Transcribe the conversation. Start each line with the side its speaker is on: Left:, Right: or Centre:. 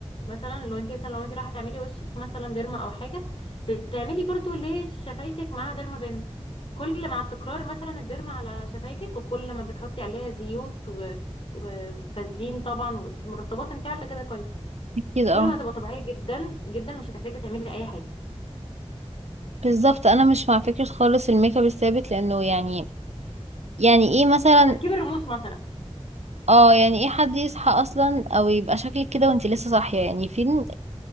Left: مثلا لو انت مثلا لو انت رايحه تعملي وشك مثلا ديرما او حاجه بتعملي برضو ليه شفايفك معاها ديرما بين كل مع التكرار مثلا الديرما على شفايفك وكل ما بتحطي عليها زيوت و- وفازلين طبعا ومرطبات انت عارفه كده كويس
Right: أكيد اه
Left: كل ما هتبقى طبيعيه جدا جدا مش هتحتاجي تعملي اي حاجه
Right: بالظبط انا مش مع فكرة خالص الميك اب الثابت لانه يعني يعني ايه مثلا
Left: تركيب الرموش مثلا
Right: اه يعني ايه حد يصحى اصلا او يبقى شكلك كده وانت لسه صاحية يعني فين